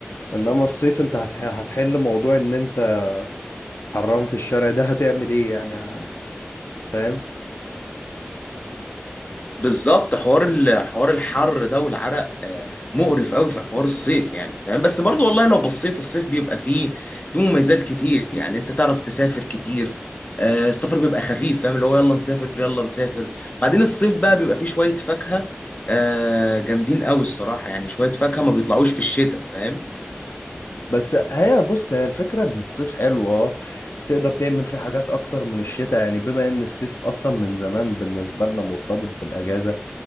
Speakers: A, on the left; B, on the left.
A: إنما الصيف أنت هتح... هتحل موضوع إن أنت حران في الشارع ده هتعمل إيه يعني ه- فاهم
B: بالظبط حوار ال- حوار الحر ده والعرق آه، مقرف قوي في حوار الصيف يعني فاهم بس برضو والله لو بصيت الصيف بيبقى فيه فيه مميزات كتير يعني انت تعرف تسافر كتير آه، السفر بيبقى خفيف فاهم اللي هو يلا نسافر يلا نسافر وبعدين الصيف بقى بيبقى فيه شوية فاكهة آه، جامدين قوي الصراحة يعني شوية فاكهة ما بيطلعوش في الشتاء فاهم
A: بس هي بص هي الفكرة ان الصيف حلو اه تقدر تعمل فيه حاجات اكتر من الشتاء يعني بما ان الصيف اصلا من زمان بالنسبة لنا مرتبط بالاجازة